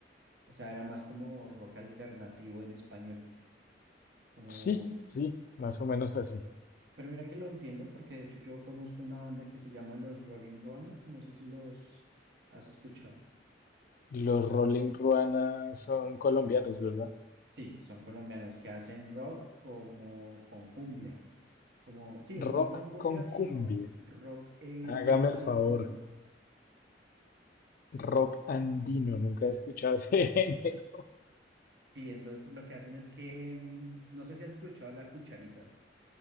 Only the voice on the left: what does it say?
Sí, sí, más o menos así.
Los Rolling Ruana son colombianos, ¿verdad?
Rock
con
cumbia.
Hágame
el
favor. Rock andino, nunca he escuchado ese género.